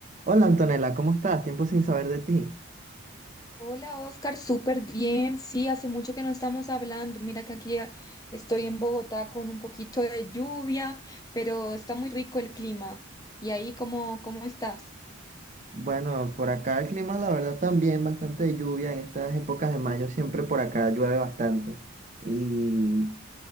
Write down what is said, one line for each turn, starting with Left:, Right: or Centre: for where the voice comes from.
Right: Hola Antonella, ¿cómo estás? Tiempo sin saber de ti.
Left: Hola Oscar, súper bien. Sí, hace mucho que no estamos hablando. Mira que aquí ah, estoy en Bogotá con un poquito de lluvia, pero está muy rico el clima. ¿Y ahí cómo, cómo estás?
Right: Bueno, por acá el clima, la verdad, también bastante de lluvia. En estas épocas de mayo siempre por acá llueve bastante. Y,